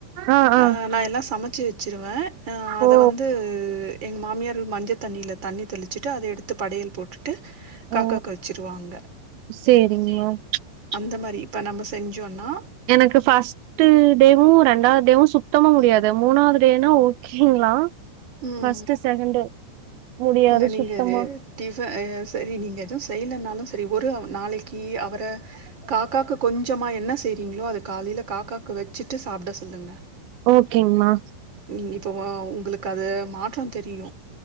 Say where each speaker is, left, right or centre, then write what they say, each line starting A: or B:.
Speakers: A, on the right; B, on the right.
A: ஆ ஆ
B: அ நா எல்லா சமச் ச்சு வச்சுருவே நா அத
A: ஓ
B: வந்து எங்க மாமியாரு மஞ்ச தண்ணில தண்ணி தெளிச்சிட்டு அத எடுத்து படையல் போட்டுட்டு காக்காக்கு
A: ஓ
B: வச்சிருவாங்க
A: சேரிங்க
B: சேரி
A: மேம்
B: அந்த மாரி இப்ப நம்ம செஞ்சோனா
A: எனக்கு ஃபஸ்ட்டு டேவு ரெண்டாது டேவு சுத்தமா முடியாது மூணாவது டேனா ஓகேங்களா
B: ம், ம்.
A: ஃபஸ்ட் செகண்டு் முடியாது
B: இல்ல நீங்க
A: சுத்தமா
B: இது டிஃப அ செரி நீங்க எது செய்லேனாலு செரி ஒரு நாளைக்கி அவர் க காக்காக்கு கொஞ்சோமா என்ன செய்றீங்ளோ அது காலேல காக்காக்கு வச்சுட்டு சாப்ட சொல்லுங்க
A: ஓகேங்மா
B: நீங்க இப்ப மா உங்களுக் அது மாற்றோ தெரியு